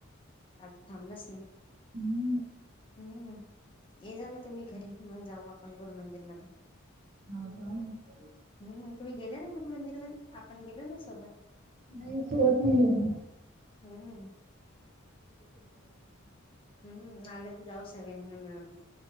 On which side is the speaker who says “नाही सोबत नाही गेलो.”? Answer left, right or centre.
Right